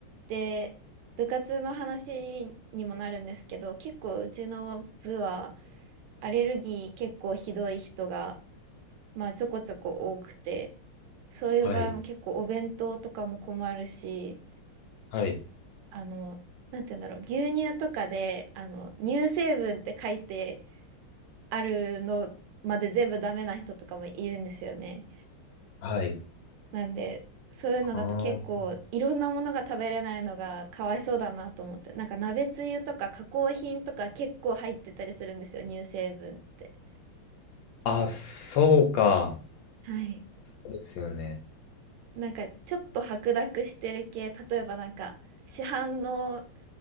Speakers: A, on the right; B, on the left.
A: で、部活の話にもなるんですけど、結構うちの部はアレルギー結構ひどい人が、まあちょこちょこ多くて、そういう場合も結構お弁当とかも困るし、
B: はい、はい、
A: あの、なんて言うんだろう、牛乳とかで、あの、乳成分って書いてあるのまで全部ダメな人とかもいるんですよね。
B: はい。
A: なんで、そういうのだと結構いろんなものが食べれないのがかわいそうだなと思って。
B: あー
A: なんか鍋つゆとか加工品とか結構入ってたりするんですよ、乳成分って。
B: あ、そうか。
A: はい。
B: そうですよね。
A: なんかちょっと白濁してる系、例えばなんか市販の